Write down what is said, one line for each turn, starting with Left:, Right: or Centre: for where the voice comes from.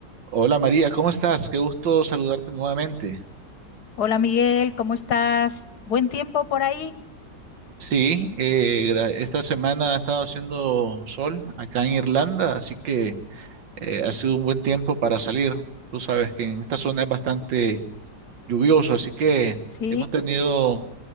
Right: Hola María, ¿cómo estás? Qué gusto saludarte nuevamente.
Left: Hola Miguel, ¿cómo estás? ¿Buen tiempo por ahí?
Right: Sí, eh, gra- esta semana ha estado haciendo sol acá en Irlanda, así que eh, ha sido un buen tiempo para salir. Tú sabes que en esta zona es bastante lluvioso, así que
Left: Sí,
Right: hemos tenido